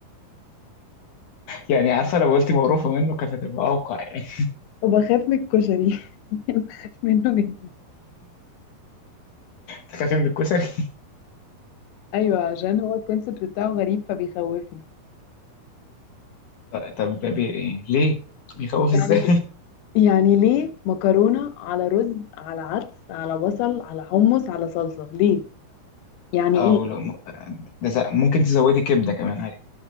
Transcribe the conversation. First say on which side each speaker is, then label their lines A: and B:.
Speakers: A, on the left; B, on the left.
A: يعني عارفة لو قلتي مقروفة منه كانت هتبقى أوقع يعني
B: وبخاف من الكشري <laughs> بخاف منه جدا
A: بتخافي من الكشري
B: ايوه عشان هو الكونسيبت بتاعه غريب فبيخوفني
A: ط- طب ده بي... ليه؟ بيخوف ازاي؟
B: يعني يعني ليه مكرونه على رز على عدس على بصل على حمص على صلصه ليه
A: <laughs>
B: يعني
A: أو
B: ايه
A: لو م- ده ز- ممكن تزودي كبدة كمان عليه